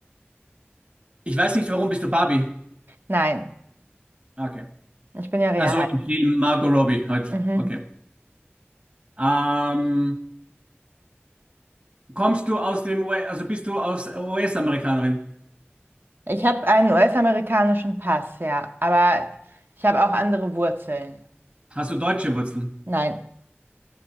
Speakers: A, on the right; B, on the right.
A: Ich weiß nicht, warum bist du Barbie?
B: Nein.
A: Okay.
B: Ich bin ja real.
A: Also im Film Margot Robbie halt.
B: Mhm.
A: Okay. Ähm, kommst du aus dem US, also bist du aus US-Amerikanerin?
B: Ich habe einen US-amerikanischen Pass, ja, aber ich habe auch andere Wurzeln.
A: Hast du deutsche Wurzeln?
B: Nein,